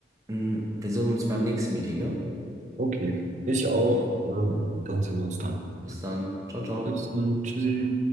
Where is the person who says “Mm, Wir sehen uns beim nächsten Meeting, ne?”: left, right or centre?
Right